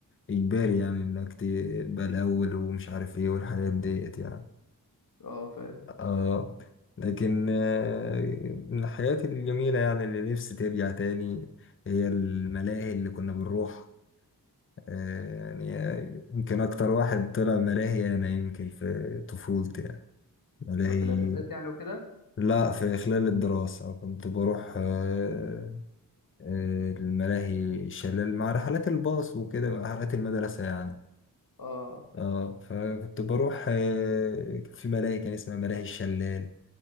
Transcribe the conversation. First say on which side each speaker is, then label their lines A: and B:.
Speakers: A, on the left; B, on the left.
A: اجباري يعني انك تبقى الاول ومش عارف ايه والحاجات ديت يعني
B: آه، فاهم
A: اه لكن آه، من الحاجات الجميلة يعني اللي نفسي ترجع تاني هي الملاهي اللي كنا بنروح آه، يعني آه، يمكن أكتر واحد طلع ملاهي أنا يمكن في طفولتي يعني ملاهي
B: ده في الاجازات يعني وكده
A: لا في خلال الدراسة كنت بروح آه، آه، الملاهي شلال مع رحلات الباص وكده مع رحلات المدرسة يعني
B: اه
A: اه فكنت بروح آه، كان في ملاهي كان اسمها ملاهي الشلال